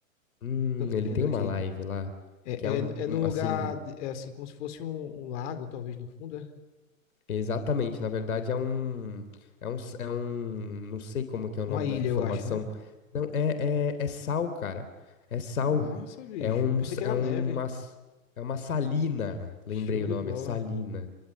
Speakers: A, on the left; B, on the left.
A: Hum,
B: Tô
A: ele
B: vendo
A: tem
B: aqui.
A: uma live lá,
B: É,
A: que é um,
B: é, é
A: um,
B: num lugar,
A: assim,
B: é assim, como se fosse um, um lago, talvez, no fundo, é?
A: Exatamente, na verdade é um, é um, s- é um, não sei como que é o
B: Uma
A: nome
B: ilha,
A: dessa formação.
B: eu acho, né?
A: Não, é, é, é sal, cara. É sal.
B: Que massa, bicho.
A: É um,
B: Eu pensei
A: s-
B: que era
A: é uma,
B: neve.
A: s- é uma salina, lembrei
B: Show
A: o
B: de
A: nome,
B: bola.
A: é salina.